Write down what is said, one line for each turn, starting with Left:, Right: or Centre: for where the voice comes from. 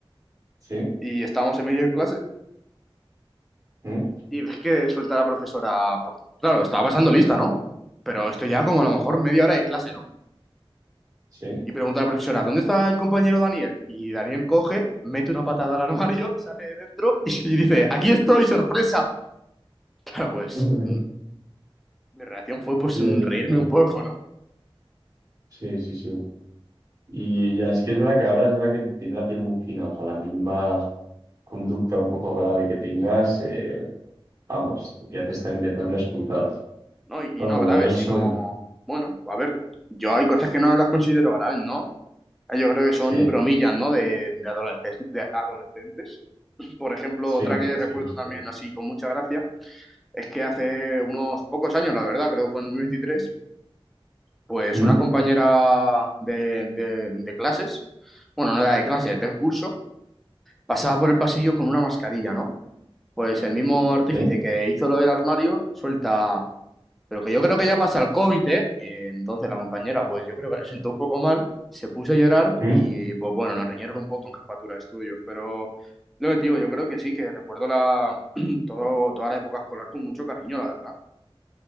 Right: sí,
Centre: Y estábamos en medio de clase
Right: ¿Mm?
Centre: y ves que suelta la profesora. por- Claro, estaba pasando lista, ¿no? Pero esto ya como a lo mejor media hora de clase, ¿no?
Right: sí.
Centre: Y pregunta a la profesora, ¿dónde está el compañero Daniel? Y Daniel coge, mete una patada al armario, <laughs> sale de dentro y dice, aquí estoy, sorpresa. Claro, pues
Right: <laughs>
Centre: mm, mi reacción fue pues
Right: Ya,
Centre: mm,
Right: ya,
Centre: reírme
Right: ya.
Centre: un poco, ¿no?
Right: Sí, sí, sí. Y ya, es que es verdad que ahora es verdad que tiene la piel muy fina. O sea, la mínima conducta un poco grave que tengas, eh, vamos, ya te están intentando expulsar.
Centre: No, y,
Right: Vamos,
Centre: y no
Right: por
Centre: grave,
Right: lo menos
Centre: sino,
Right: eso.
Centre: bueno, a ver, yo hay cosas que no las considero graves, ¿no? Yo creo que son
Right: Sí,
Centre: bromillas, ¿no? De, de adolescentes, de adolescentes. Por ejemplo,
Right: sí,
Centre: otra que
Right: sí,
Centre: recuerdo
Right: sí.
Centre: también así con mucha gracia es que hace unos pocos años, la verdad, creo que fue en dos mil veintitrés pues
Right: ¿Mm?
Centre: una compañera de, de- de clases, bueno, no era de clases, del curso, pasaba por el pasillo con una mascarilla, ¿no? Pues el mismo artífice
Right: ¿Sí?
Centre: que hizo lo del armario suelta, pero que yo creo que ya pasa el COVID, ¿eh? Eh, Entonces la compañera, pues yo creo que la sentó un poco mal, se puso a llorar
Right: ¿Mm?
Centre: y, pues bueno, nos riñeron un poco en jefatura de estudios. Pero lo que te digo, yo creo que sí, que recuerdo la, <clears throat> todo, toda la época escolar con mucho cariño, la verdad.